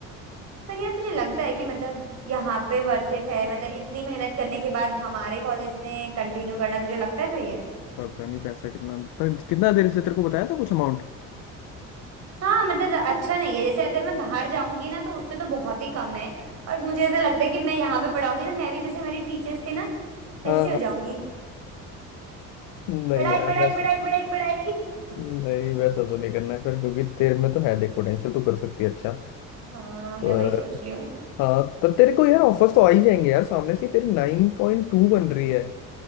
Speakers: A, on the right; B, on the left.
A: पर यार तुझे लगता है कि मतलब यहाँ पे वर्थ इट है मतलब इतनी मेहनत करने के बाद हमारे कॉलेज में कंटिन्यू करना तुझे लगता है सही है
B: पता नहीं पैसा कितना पर कितना देर से तेरे को बताया था कुछ अमाउंट
A: हाँ मतलब ज- अच्छा नहीं है जैसे अगर मैं बाहर जाऊंगी ना तो उससे तो बहुत ही कम है और मुझे ऐसा लगता है कि मैं यहाँ पे पढ़ाऊंगी ना मैं भी जैसे मेरी टीचर्स थी ना वैसी
B: हाँ
A: हो
B: हाँ
A: जाऊंगी
B: नहीं
A: पढ़ाई
B: यार
A: पढ़ाई
B: वैसा
A: पढ़ाई पढ़ाई पढ़ाई
B: नहीं वैसा तो नहीं करना है पर क्योंकि तेरे में तो है देख पोटेंशियल तू कर सकती है अच्छा
A: हाँ मैं
B: पर
A: वही सोच रही हूँ
B: हाँ पर तेरे को यार ऑफर्स तो आ ही जाएंगे यार सामने से ही तेरी नाइन पॉइंट टू बन रही है